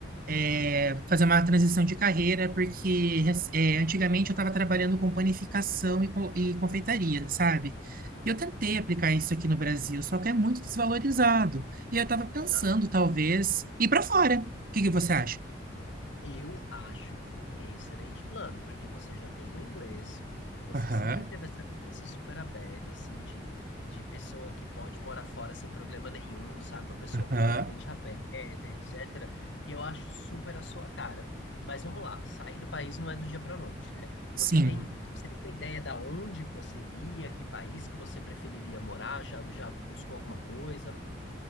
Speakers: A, on the right; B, on the left.
A: é, fazer uma transição de carreira, porque é, antigamente eu estava trabalhando com panificação e, co- e confeitaria, sabe? E Eu tentei aplicar isso aqui no Brasil, só que é muito desvalorizado. E eu estava pensando,
B: Ah,
A: talvez, ir para fora. O que que você acha?
B: Eu acho um excelente plano, porque você já tem o inglês, você
A: Aham,
B: sempre teve essa cabeça super aberta, assim, de, de pessoa que pode morar fora sem problema nenhum, sabe? Uma pessoa
A: aham.
B: culturalmente aberta, etc. Eu acho super a sua cara. Mas vamos lá, sair do país não é do dia para noite, né? Você
A: Sim.
B: tem, você tem uma ideia da onde você iria, que país que você preferiria morar? Já, já buscou alguma coisa?